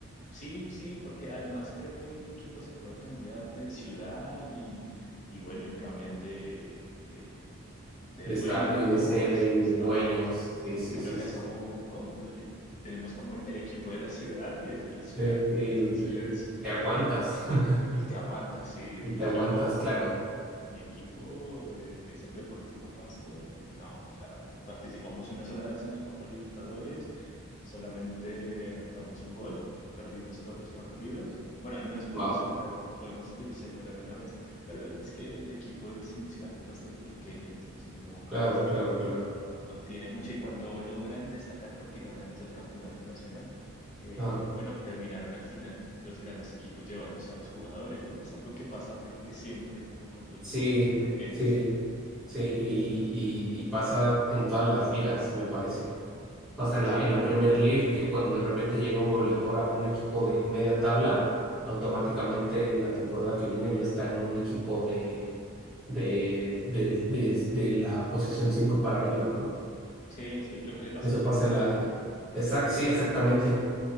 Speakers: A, on the left; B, in the centre.
A: Sí, sí, porque además creo que un equipo se puede cambiar de ciudad y, y bueno, y cambian de, de, de
B: de
A: dueños
B: estadio y de sede y
A: y de estadios.
B: de dueños. Sí, sí,
A: En cambio
B: sí,
A: acá
B: sí,
A: es
B: sí.
A: como, ¿no? El- tenemos como el, el equipo de la ciudad y es de la ciudad.
B: Sí, sí,
A: Entonces,
B: y y te aguantas. <laughs>
A: y te aguantas, sí.
B: Y
A: Mi
B: te
A: equipo
B: aguantas, claro.
A: mi equipo, eh, que es el Deportivo Pasto, no, o sea, participamos una sola vez en la Copa Libertadores, solamente anotamos un gol, perdimos todos los partidos. Bueno, al menos pudimos
B: Wow.
A: celebrar, podemos cele- celebrar una vez, pero es que el equipo es, mi ciudad es bastante pequeña, entonces no,
B: Claro, claro, claro.
A: no, no tiene mucho y cuando logran destacar porque ganamos el campeonato nacional, eh,
B: Ah,
A: bueno, terminaron al final los grandes equipos llevándose a los jugadores, ¿no? Es algo que pasa creo que siempre cuando los
B: sí,
A: equipos son pequeños.
B: sí, sí. Y, y, y pasa en todas las ligas, me parece. Pasa en
A: Sí,
B: la, en la Premier League, que cuando de repente llega un goleador a un equipo de media tabla, automáticamente la temporada que viene ya está en un equipo de, de, del- des- de la posición 5 para arriba, ¿no?
A: sí, sí, lo que le pasó
B: Eso
A: al
B: pasa
A: Leicester,
B: en la...
A: ¿no?
B: Exact, sí, exactamente.